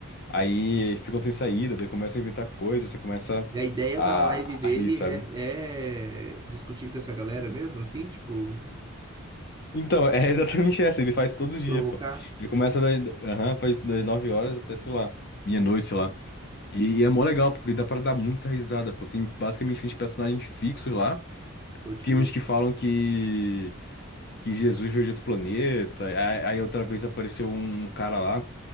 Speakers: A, on the left; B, on the right.
A: Aí ficam sem saída, daí começam a inventar coisas, você começa
B: E a ideia
A: a,
B: da live dele
A: a rir, sabe?
B: é, é discutir com essa galera mesmo, assim, tipo,
A: Então, <laughs> é exatamente essa, ele faz todos os dias,
B: provocar?
A: pô. Ele começa das, aham, faz das 9 horas até, sei lá, meia-noite, sei lá. E, e é mó legal, porque dá pra dar muita risada, pô. Tem basicamente 20 personagens fixos lá.
B: Pode
A: Tem
B: crer.
A: uns que falam que, que Jesus veio de outro planeta. Aí, aí outra vez apareceu um cara lá.